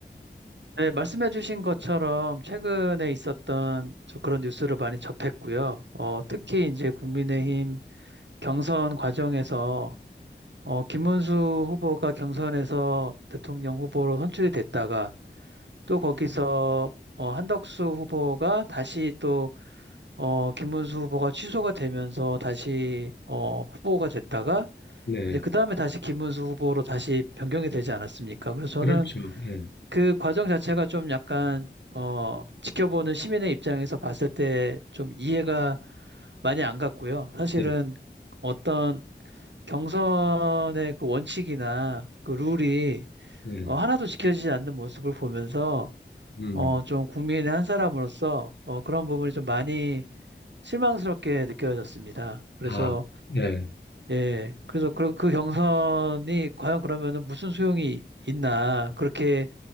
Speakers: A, on the right; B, on the left.
A: 네, 말씀해주신 것처럼 최근에 있었던 저 그런 뉴스를 많이 접했고요. 어, 특히 이제 국민의힘 경선 과정에서 어, 김문수 후보가 경선에서 대통령 후보로 선출이 됐다가 또 거기서 어, 한덕수 후보가 다시 또 어, 김문수 후보가 취소가 되면서 다시 어, 후보가 됐다가
B: 네,
A: 이제 그 다음에 다시 김문수 후보로 다시 변경이 되지 않았습니까? 그래서
B: 그렇죠.
A: 저는
B: 네,
A: 그 과정 자체가 좀 약간 어, 지켜보는 시민의 입장에서 봤을 때 좀 이해가 많이 안 갔고요. 사실은
B: 네,
A: 어떤 경선의 그 원칙이나 그 룰이
B: 네.
A: 어, 하나도 지켜지지 않는 모습을 보면서
B: 음,
A: 어, 좀 국민의 한 사람으로서 어, 그런 부분이 좀 많이 실망스럽게 느껴졌습니다. 그래서
B: 아, 네,
A: 예, 그래서 그, 그 경선이 과연 그러면은 무슨 소용이 있나 그렇게